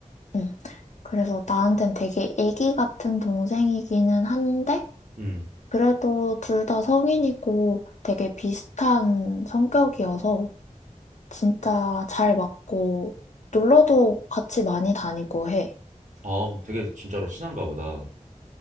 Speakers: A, on the left; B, on the right.
A: 응. 그래서 나한텐 되게 애기 같은 동생이기는 한데,
B: 음.
A: 그래도 둘 다 성인이고 되게 비슷한 성격이어서 진짜
B: 음.
A: 잘 맞고, 놀러도 같이 많이 다니고 해.
B: 아, 그럼 되게 진짜로 친한가 보다.